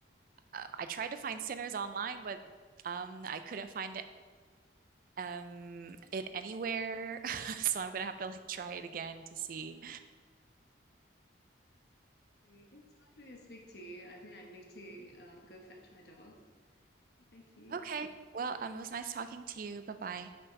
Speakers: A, on the right; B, on the left.
A: uh, I tried to find Sinners online, but um, I couldn't find um it anywhere. <laughs> So I'm gonna have to like try it again to see.
B: Let's see. It was lovely to speak to you. I think I need to uh, go fetch my dog. Thank you.
A: Okay. Well, um, it was nice talking to you. Bye bye.